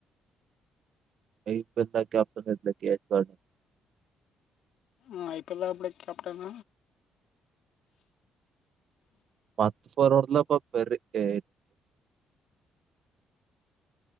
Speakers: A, on the right (about 60°); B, on the left (about 75°).
A: <unintelligible>
B: ಹ್ಮ ಐಪಿಎಲ್ ಕ್ಯಾಪ್ಟನ್
A: ಮತ್ತ ಫೋರ್ ಹೊಡಿದ್ಲಾಪ್ಪ ಪಿರೇಪೆ